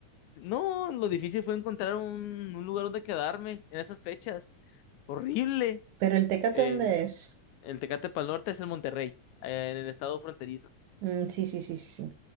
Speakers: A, on the left; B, on the right.
A: no, lo difícil fue encontrar un, un lugar donde quedarme en esas fechas. Horrible.
B: Pero el Tecate,
A: Eh,
B: ¿dónde es?
A: el Tecate Pal Norte es el Monterrey, eh, en el estado fronterizo.
B: Mm, sí, sí, sí, sí, sí.